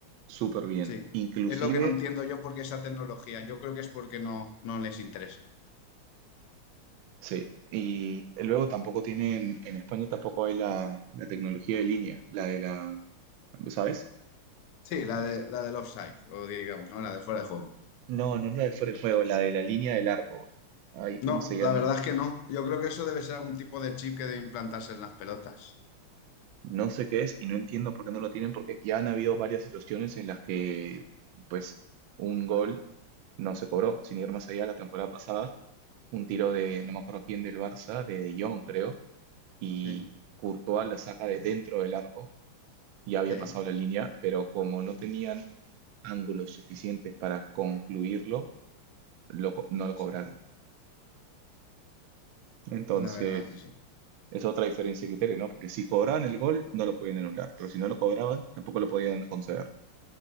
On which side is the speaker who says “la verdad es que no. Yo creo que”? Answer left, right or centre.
Left